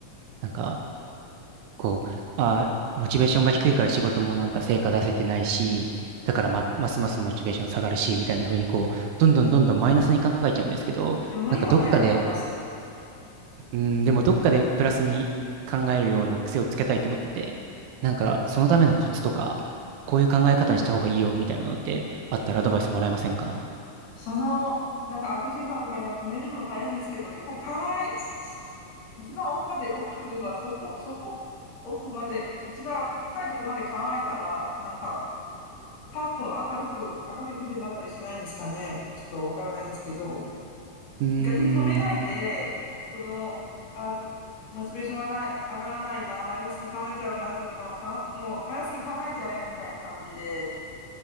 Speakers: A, on the right; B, on the left.
A: なんか、こう、あー、モチベーションが低いから仕事もなんか成果出せてないし、だからま、ますますモチベーション下がるし、みたいな風にこう、どんどんどんどんマイナスに考えちゃうんですけど、
B: で無理はないと思いますよ。
A: なんかどっかで、うん、でもどっかでプラスに考えるような癖をつけたいと思ってて、なんかそのためのコツとか、こういう考え方にした方がいいよ、みたいなのってあったらアドバイスもらえませんか
B: その、なんか悪循環みたいなの止めるのも大変ですけど、結構考え、すす一番奥まで、奥まで言えば、そこ、そこ、奥まで、一番深いとこまで考えたら、なんか、パッと明るく、明るい気分になったりしないんですかね。ちょっとわからないんですけど。
A: うーん、
B: 逆に止めないで、その、あ、モチベーションがない、上がらないな、マイナスに考えちゃうなっていうのは、かん、もうマイナスに考えちゃえみたいな感じで、